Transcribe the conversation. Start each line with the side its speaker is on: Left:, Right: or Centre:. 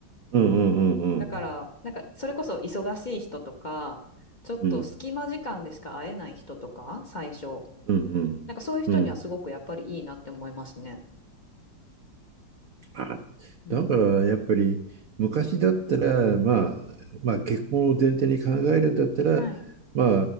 Right: うんうんうんうん。
Left: だから、なんか、それこそ忙しい人とか、ちょっと隙間時間でしか会えない人とか、
Right: うん
Left: 最初。
Right: うんうん。
Left: なんかそういう人にはすごくやっぱりいいなって思いますね。
Right: うん。あだからやっぱり昔だったら、
Left: うん。
Right: まあ、まあ結婚を前提に考えるんだったら、
Left: はい。
Right: まあ、